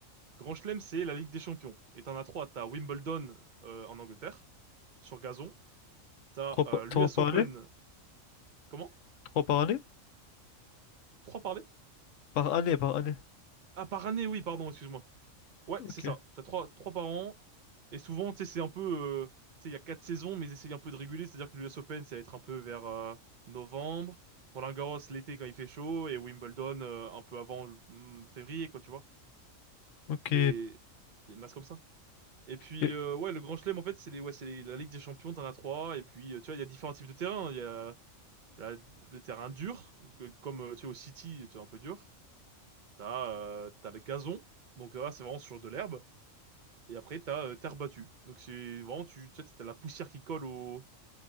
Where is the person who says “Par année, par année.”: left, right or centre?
Left